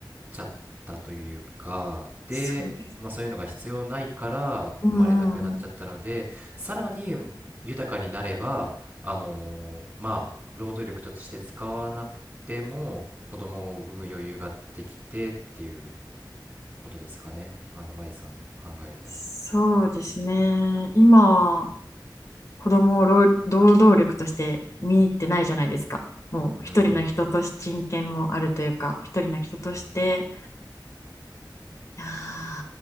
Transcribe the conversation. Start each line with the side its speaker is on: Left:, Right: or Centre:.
Right: ちゃったというか、で、
Left: そうです、
Right: まあ、そういうのが必要ないから生まれなくなっちゃったので、
Left: うんうんうん、
Right: さらに豊かになれば、あのーまあ、労働力として使わなくても子供を産む余裕ができてっていうことですかね、あの、舞さんの考えでは。
Left: そうですね今は子供を労働力として見入ってないじゃないですか。もう一人の人として人権もあるというか、
Right: うーん、
Left: 一人の人として、
Right: うん、
Left: いや